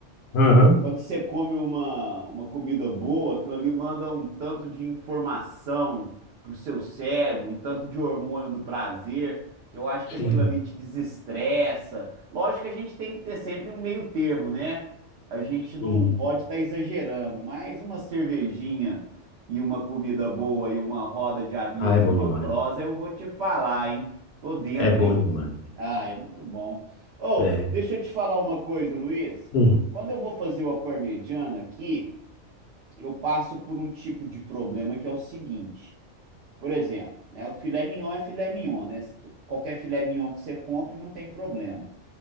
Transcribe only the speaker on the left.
Aham,
Sim,
sim.
Ah, é bom
demais.
É bom
demais.
É.
Hum,